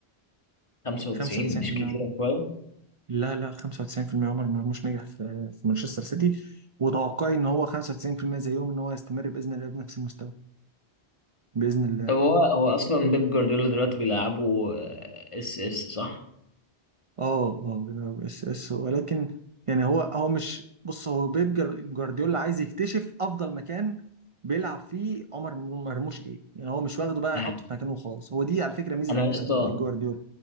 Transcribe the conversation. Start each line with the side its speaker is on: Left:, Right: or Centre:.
Left: 95
Right: 95%
Left: مش كتير
Right: عمر
Left: شوية
Right: لا لا 95% عمر مرموش نجح في في مانشستر سيتي وتوقعي ان هو 95% زيهم ان هو يستمر باذن الله بنفس المستوى باذن الله
Left: طب هو هو اصلا بيب جوارديولا دلوقتي بيلعبوا اس اس صح
Right: اه اه بيلعب اس اس ولكن يعني هو هو مش بص هو بيب جر- جوارديولا عايز يكتشف افضل مكان بيلعب فيه عمر مرموش ايه يعني هو مش واخده بقى
Left: نعم.
Right: يحطه في مكانه وخلاص هو دي على فكرة ميزة
Left: انا يا اسطى
Right: آه، جوارديولا